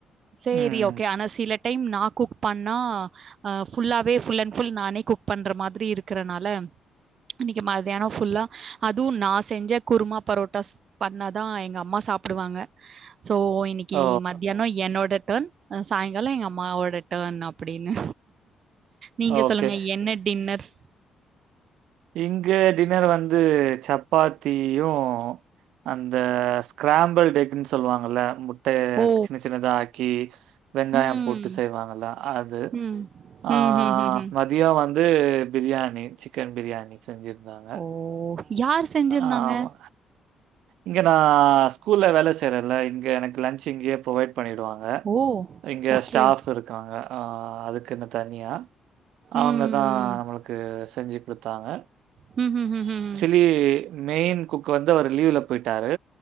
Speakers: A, on the right (about 55°); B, on the right (about 85°).
A: சேரி
B: ம்.
A: ஓகே ஆனா சில டைம் நா குக் பண்ணா அ ஃபுல்லாவே ஃபுல் அண்ட் ஃபுல் நானே குக் பண்ற மாதிரி இருக்கறனால இன்னைக்கி மத்தியானோ ஃபுல்லா அதுவு நா செஞ்ச குருமா பரோட்டாஸ் பண்ணாதா எங்க அம்மா சாப்பிடுவாங்க சோ இன்னைக்கி
B: ஓ!
A: மத் தியான்னோ என்னோட டர்ன் சாய்ங்காலோ எங்க அம்மாவோட டர்ன் அப்புடின்னு நீங்க
B: ஓகே.
A: சொல்லுங்க என்ன டின்னர்ஸ்
B: இங்க டின்னர் வந்து சப்பாத்தியு அந்த ஸ்கிராம்பல்ட் எக்னு சொல்வாங்கல ட்ட
A: ஓ!
B: சின்ன சின்னதா ஆக்கி வெங்காய
A: ம்.
B: போட்டு செய்வாங்கல அது
A: ம்.
B: ஆ
A: ம்ஹ்ஹ்ம்.
B: மதியொ வந்து பிரியாணி சிக்கன் பிரியாணி செஞ்சிருந்தாங்க
A: ஓ யார் செஞ்சிருந்தாங்க?
B: ஆமா இங்க நா ஸ்கூல்ல வேல செய்றல இங்க எனக்கு லன்ச் இங்கயே ப்ரொவைட் பண்ணிடுவா ங்க
A: ஓ!
B: இங்க
A: ஓகே.
B: ஸ்டாஃப்
A: ஓகே
B: இருக் இருக்காங்க அ அதுக்குனு தனியா அவங்கதா
A: ம்.
B: நம்மளுக் கு செஞ்சு குடுத்தாங்க
A: ஹு ஹு ஹு ஹு ம் ம்.
B: கு மெயின் குக் வந்து அவர் லீவ்ல போயிட்டாரு